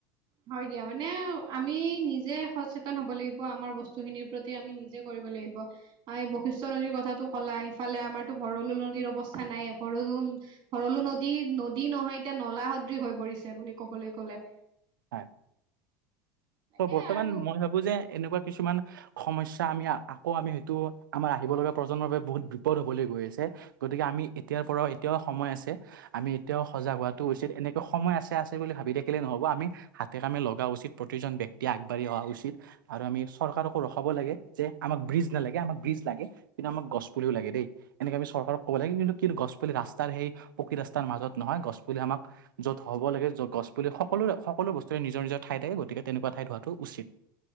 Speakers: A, on the right; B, on the right.
A: হয় দিয়া মানে আমি নিজে সচেতন হব লাগিব আমাৰ বস্তুখিনিৰ প্ৰতি আমি নিজে কৰিব লাগিব। এই বৈশিষ্টয় নদীৰ কথাাতটো কলা, ইফালে আমাৰতো ভৰলো নদীৰ অৱস্থা নাই ভৰলো ভৰলো নদী, নদী নহয় এতিয়া নলা সদৃ হৈ পৰিছে বুলি কবলৈ গলে।
B: হয়।
A: তাকে
B: বৰ্তমান
A: আৰু
B: মই ভাবোঁ যে এনেকুৱা কিছুমান সমস্ আমি আকৌ আমি হয়টো আমাৰ আহিব লগা প্ৰজন্মৰ বাবে বহুত বিপদ হবলৈ গৈ আছে। গতিকে আমি এতিয়াৰ পৰাও এতিয়াও সময় আছে আমি এতিয়াও সজাগ হোৱাটো উচিত এনেকৈ সময় আছে, আছে বুলি ভাবি থাকিলে নহব আমি হাতে কামে লগা উচিত, প্ৰতিজন ব্যক্তিয়ে আগাঢ়ি অহা উচিত। আৰু আমি চৰকাৰকো ৰখাব লাগে যে আমাক ব্ৰিজ নালাগে। আমাক ব্ৰিজ লাগে। কিন্তু আমাক গছপুলিও লাগে দেই। এনেকে আমি চৰকাৰক ক'ব লাগে কিন্তু-কিন্তু গছ পুলি ৰাস্তাৰ সেই পকী ৰাস্তাৰ মাজত নহয়, গছ পুলি আমাক য'ত হ'ব লাগে য' গছ পুলি সকলো-সকলো বস্তুৰে নিজৰ-নিজৰ ঠাই থাকে, গতিকে তেনেকুৱা ঠাই ধোৱাটো উচিত।